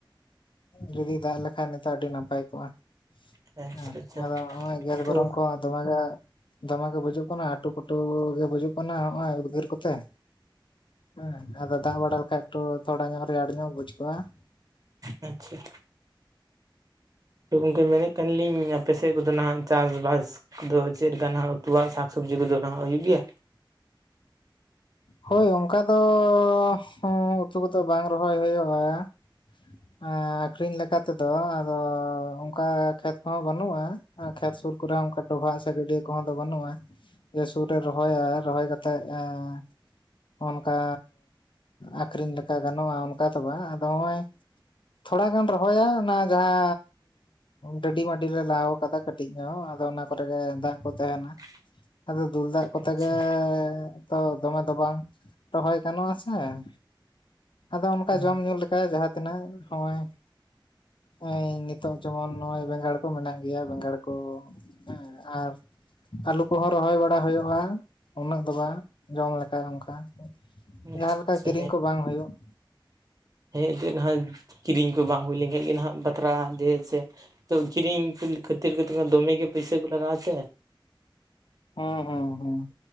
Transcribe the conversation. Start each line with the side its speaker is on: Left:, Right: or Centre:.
Left: ᱡᱩᱫᱤ ᱫᱟᱜ ᱞᱮᱠᱷᱟᱱ ᱱᱤᱛᱚᱜ ᱟᱹᱰᱤ ᱱᱟᱯᱟᱭ ᱠᱚᱜᱼᱟ
Right: ᱟᱪᱪᱷᱟ
Left: ᱦᱮᱸ
Right: ᱟᱪᱪᱷᱟ
Left: ᱟᱫᱚ ᱱᱚᱜᱼᱚᱭ ᱜᱮᱥ
Right: ᱛᱚ
Left: ᱜᱚᱨᱚᱢ ᱠᱚ ᱫᱚᱢᱮ ᱜᱮ ᱫᱚᱢᱮ ᱜᱮ ᱵᱩᱡᱩᱜ ᱠᱟᱱᱟ ᱟᱴᱩ ᱯᱟᱹᱴᱩ ᱜᱮ ᱵᱩᱡᱩᱜ ᱠᱟᱱᱟ ᱦᱚᱜᱼᱚᱭ ᱩᱫᱽᱜᱟᱹᱨ ᱠᱚᱛᱮ ᱾ ᱦᱮᱸ ᱟᱫᱚ ᱫᱟᱜ ᱵᱟᱲᱟ ᱞᱮᱠᱷᱟᱡ ᱮᱠᱴᱩ ᱛᱷᱚᱲᱟ ᱧᱚᱜ ᱨᱮᱭᱟᱲ ᱧᱚᱜ ᱵᱩᱡ ᱠᱚᱜᱼᱟ ᱾
Right: ᱟᱪᱪᱷᱟ ᱾ ᱛᱚ ᱜᱚᱝᱠᱮ ᱢᱮᱱᱮᱫ ᱠᱟᱱᱞᱤᱧ ᱟᱯᱮ ᱥᱮᱫ ᱠᱚᱫᱚ ᱱᱟᱦᱟᱜ ᱪᱟᱥ ᱵᱟᱥ ᱫᱚ ᱪᱮᱫᱠᱟ ᱱᱟᱦᱟᱜ ᱩᱛᱩᱣᱟᱜ ᱥᱟᱠ ᱥᱚᱵᱽᱡᱤ ᱠᱚᱫᱚ ᱱᱟᱦᱟᱜ ᱦᱩᱭᱩᱜ ᱜᱮᱭᱟ?
Left: ᱦᱳᱭ ᱚᱝᱠᱟ ᱫᱚᱻ ᱩᱸ ᱩᱛᱩ ᱠᱚᱫᱚ ᱵᱟᱝ ᱨᱚᱦᱚᱭ ᱦᱳᱭᱳᱜᱼᱟ ᱾ ᱟᱠᱷᱨᱤᱧ ᱞᱮᱠᱟᱛᱮᱫᱚ ᱟᱫᱚ ᱚᱝᱠᱟ ᱠᱷᱮᱛ ᱠᱚᱦᱚᱸ ᱵᱟᱹᱱᱩᱜᱼᱟ ᱾ ᱠᱷᱮᱛ ᱥᱳᱨ ᱠᱚᱨᱮ ᱚᱝᱠᱟ ᱰᱚᱵᱷᱟᱜ ᱥᱮ ᱜᱟᱹᱰᱭᱟᱹ ᱠᱚᱦᱚᱸ ᱫᱚ ᱵᱟᱹᱱᱩᱜᱼᱟ, ᱡᱮ ᱥᱩᱨ ᱨᱮ ᱨᱚᱦᱚᱭᱟ ᱨᱚᱦᱚᱭ ᱠᱟᱛᱮᱫ ᱮᱸᱻ ᱚᱱᱠᱟ ᱟᱠᱷᱨᱤᱧ ᱞᱮᱠᱟ ᱜᱟᱱᱚᱜᱼᱟ ᱚᱱᱠᱟ ᱫᱚ ᱵᱟᱝ, ᱟᱫᱚ ᱦᱚᱸᱜᱼᱚᱭ ᱛᱷᱚᱲᱟ ᱜᱟᱱ ᱨᱚᱦᱚᱭᱟ ᱚᱱᱟ ᱡᱟᱦᱟ ᱰᱟᱹᱰᱤ ᱢᱟᱹᱰᱤᱞᱮ ᱞᱟᱣ ᱠᱟᱫᱟ ᱾ ᱠᱟᱹᱴᱤᱡ ᱧᱚᱜ ᱟᱫᱚ ᱚᱱᱟ ᱠᱚᱨᱮ ᱜᱮ ᱫᱟᱜ ᱠᱚ ᱛᱟᱦᱮᱱᱟ ᱾
Right: <inaudible>
Left: ᱟᱫᱚ ᱫᱩᱞ ᱫᱟᱜ ᱠᱚᱛᱮ
Right: ᱟᱪᱪᱷᱟ
Left: ᱜᱮ ᱛᱚ ᱫᱚᱢᱮ ᱫᱚ ᱵᱟᱝ ᱨᱚᱦᱚᱭ ᱜᱟᱱᱚᱜ-ᱟ ᱥᱮ ᱾ ᱟᱫᱚ ᱚᱱᱠᱟ
Right: ᱚ
Left: ᱡᱚᱢ ᱧᱩ ᱞᱮᱠᱟ ᱡᱟᱦᱟ ᱛᱤᱱᱟᱹᱜ ᱦᱚᱜ-ᱚᱭ ᱾ ᱱᱤ ᱱᱤᱛᱚᱜ ᱡᱮᱢᱚᱱ ᱱᱚᱜᱼᱚᱭ ᱵᱮᱸᱜᱟᱲ ᱠᱚ ᱢᱮᱱᱟᱜ ᱜᱮᱭᱟ, ᱵᱮᱸᱜᱟᱲ ᱠᱚ ᱦᱮᱸ ᱟᱨ ᱟᱹᱞᱩ ᱠᱚᱦᱚ ᱨᱚᱦᱚᱭ ᱵᱟᱲᱟ ᱦᱩᱭᱩᱜᱼᱟ ᱩᱱᱟᱹᱜ ᱫᱚ ᱵᱟ ᱾ ᱡᱚᱢ ᱞᱮᱠᱟ ᱚᱱᱠᱟ
Right: ᱟᱪᱪᱷᱟ
Left: ᱡᱟᱦᱟ ᱞᱮᱠᱟ
Right: ᱟᱪᱪᱷᱟ
Left: ᱠᱤᱨᱤᱧ ᱠᱚ ᱵᱟᱝ ᱦᱳᱭᱳᱜ ᱾
Right: ᱦᱮᱸᱜᱮ ᱱᱟᱦᱟᱭ ᱠᱤᱨᱤᱧ ᱠᱚ ᱵᱟᱝ ᱦᱩᱭ ᱞᱮᱱᱠᱷᱟᱡ ᱜᱮ ᱱᱟᱦᱟᱜ ᱵᱟᱛᱨᱟ ᱡᱮᱞ ᱥᱮᱼᱼ ᱛᱚ ᱠᱤᱨᱤᱧ ᱠᱷᱟᱹᱛᱤᱨ ᱜᱮᱛᱚ ᱫᱚᱢᱮ ᱜᱮ ᱯᱩᱭᱥᱟᱹ ᱠᱚ ᱞᱟᱜᱟᱜ ᱟᱥᱮ᱾
Left: ᱚᱸ ᱦᱩᱸ ᱦᱩᱸᱼᱼ